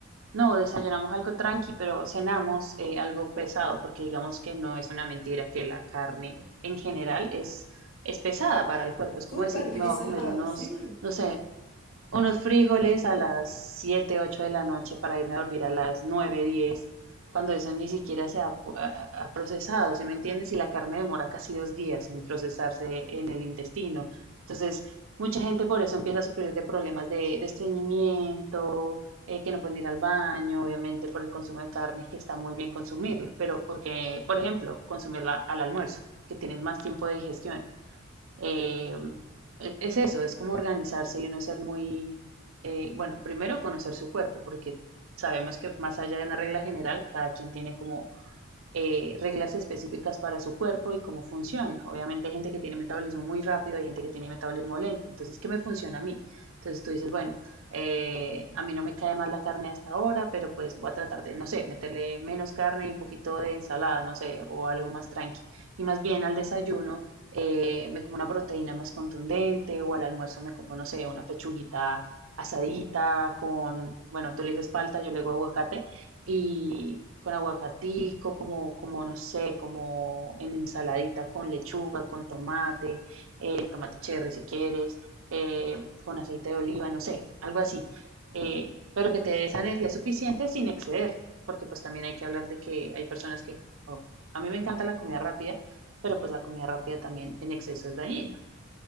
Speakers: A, on the right; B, on the left.
A: no, desayunamos algo tranqui, pero cenamos eh, algo pesado, porque digamos que no es una mentira que la carne en general es, es pesada para el cuerpo. Es
B: Súper
A: como decir,
B: <laughs> pesado,
A: me voy a comer unos,
B: sí,
A: no sé, unos frijoles a las 7 8 de la noche para irme a dormir a las 9 10 cuando eso ni siquiera se ha, ha- ha procesado, ¿sí me entiendes? Y la carne demora casi dos días en procesarse en el intestino. Entonces, mucha gente por eso empieza a sufrir de problemas de, de estreñimiento, eh, que no pueden ir al baño, obviamente por el consumo de carne, que está muy bien consumirla, pero porque, por ejemplo, consumirla al almuerzo, que tienes más tiempo de digestión. Eh, e- es eso, es como organizarse y no ser muy, eh, bueno, primero conocer su cuerpo, porque sabemos que más allá de una regla general, cada quien tiene como eh, reglas específicas para su cuerpo y cómo funciona. Obviamente hay gente que tiene metabolismo muy rápido, hay gente que tiene metabolismo lento. Entonces, ¿qué me funciona a mí? Entonces tú dices, bueno, eh, a mí no me cae mal la carne hasta ahora, pero pues voy a tratar de, no sé, meterle menos carne y un poquito de ensalada, no sé, o algo más tranqui. Y más bien al desayuno. eh, me como una proteína más contundente o al almuerzo me como, no sé, una pechuguita asadita con, bueno, tú le dices palta, yo le digo aguacate, y con aguacatico, como, como no sé, como en ensaladita con lechuga, con tomate, eh, tomate cherry si quieres, eh, con aceite de oliva, no sé, algo así. Eh, pero que te dé esa energía suficiente sin excederte, porque pues también hay que hablar de que hay personas que, oh, a mí me encanta la comida rápida, pero pues la comida rápida también en exceso es dañina.